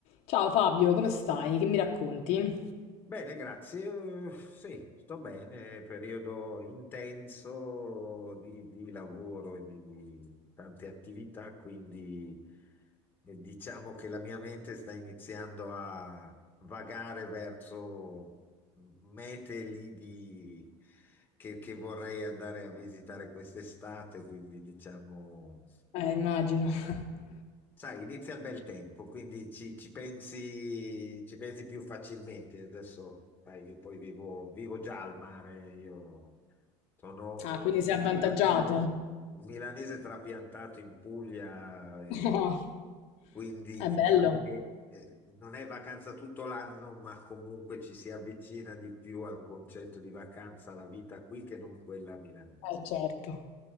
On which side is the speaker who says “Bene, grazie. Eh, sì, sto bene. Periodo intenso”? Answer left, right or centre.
Left